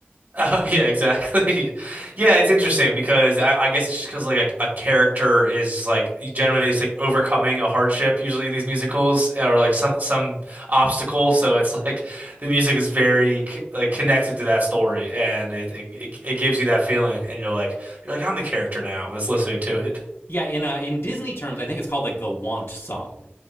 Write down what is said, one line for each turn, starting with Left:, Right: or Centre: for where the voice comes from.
Right: Oh yeah, exactly. <laughs> Yeah, it's interesting because I, I guess it's just because like a, a character is like generally it's like overcoming a hardship usually in these musicals or like some some obstacle. So it's like the music is very c- like connected to that story and it, it it it gives you that feeling and you're like you're like I'm the character now that's listening to it. <laughs>
Left: Yeah, in uh, in Disney terms, I think it's called like the want song.